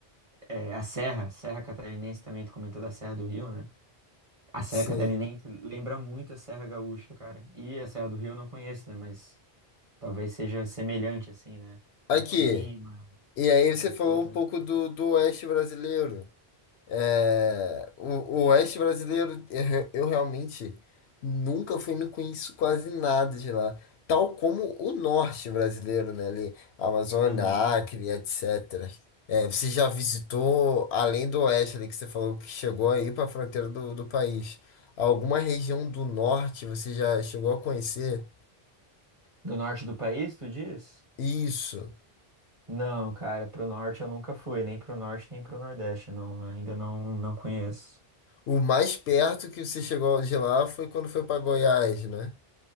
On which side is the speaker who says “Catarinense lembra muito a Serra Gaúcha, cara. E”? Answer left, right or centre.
Right